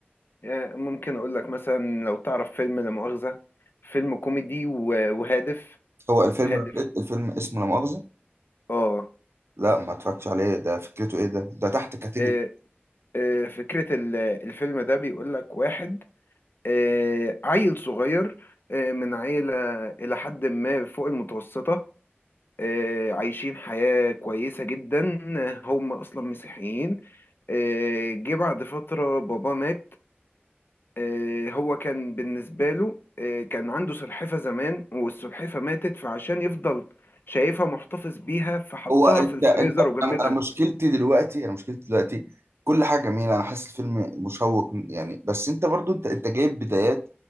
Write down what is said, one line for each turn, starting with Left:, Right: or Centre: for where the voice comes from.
Left: آه، ممكن أقول لك مثلا لو تعرف فيلم لا مؤاخذة فيلم كوميدي و- وهادف
Right: هو الفيلم
Left: هادف
Right: الفيلم اسمه لا مؤاخذه
Left: اه
Right: لا ما اتفرجتش عليه ده فكرته ايه ده ده تحت كاتيجوري
Left: آه، آه، فكرة ال- الفيلم ده بيقول لك واحد آه، عيل صغير آه، من عيلة إلى حد ما فوق المتوسطة آه، عايشين حياة كويسة جدا آه، هم أصلا مسيحيين آه، جه بعد فترة بابا مات آه، هو كان بالنسبة له آه، كان عنده سلحفة زمان والسلحفة ماتت فعشان يفضل شايفها محتفظ بيها فحطها
Right: هو انت
Left: في الفريزر
Right: انت
Left: وجمدها
Right: انا أنا مشكلتي دلوقتي انا مشكلتي دلوقتي كل حاجه جميله انا حاسس الفيلم مشوق يعني بس انت برضو انت انت جايب بدايات